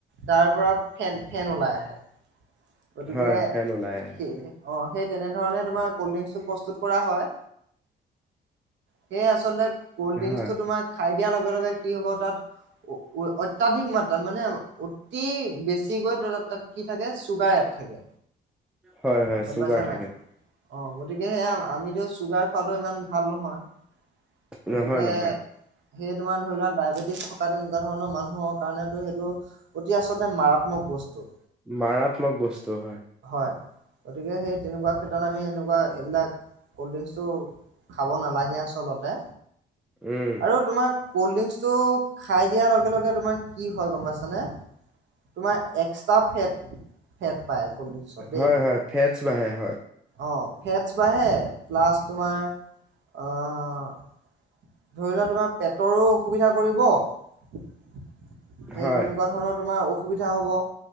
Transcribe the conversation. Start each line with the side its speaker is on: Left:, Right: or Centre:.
Right: তাৰ পৰা ফেন-ফেন ওলাই আহে। গতিকে
Centre: হয় ফেন ওলাই আহে।
Right: সেই অ সেই কেনেধৰণে তোমাৰ কল্ড ড্ৰিংকটো প্ৰস্তুত কৰা হয়। সেই আচলতে। কল্ড ড্ৰিংকচটো
Centre: হয়,
Right: তোমাৰ খাই দিয়াৰ লগে-লগে কি হ'ব তাত। অ-অত্যাধিক মাত্ৰ, তাৰ মানে অতি বেছি গৈ ত-ত তাত কি থাকে? চুগাঁৰ এড থাকে।
Centre: হয়-হয়
Right: গম
Centre: চুগাৰ
Right: পাইছা নাই
Centre: থাকে।
Right: অ' গতিকে সেইয়া আমিতো চুগাৰ খোৱাাতটো ইমান ভাল নহয়। গতিকে
Centre: নহয় নহয়
Right: সেই তোমাৰ ধৰি লোৱা ডায়েবেটিছ থকা তেনেকুৱা ধৰণৰ মানুহৰ কাৰণেতো সেইটো অতি আচলতে মাৰাত্মক বস্তু।
Centre: মাৰাত্মক বস্তু হয়।
Right: হয় গতিকে সেই তেনেকুৱা ক্ষেত্ৰত আমি এনেকুৱা এইবিলাক কল্ ড্ৰিংকচটো খাব নালাগে আচলতে।
Centre: উম,
Right: আৰু তোমাক ক'ল্ড ড্ৰিংকচটো খাই দিয়াৰ লগে লগে তোমাৰ কি হয় গম পাইছানে, তোমাৰ এক্সট্ৰা ফেট ফেট পায় কলড্ৰিংকচত দেই
Centre: হয় হয় ফেটছ বাঢ়ে হয়,
Right: অ', ফেটছ বাঢ়ে প্লাছ তোমাৰ অহ, ধৰি লোৱা তোমাৰ পেটৰো অসুবিধা কৰিব। সেই
Centre: হয়
Right: তেনেকুৱা ধৰণৰ তোমাৰ অখু অসুবিধা হ'ব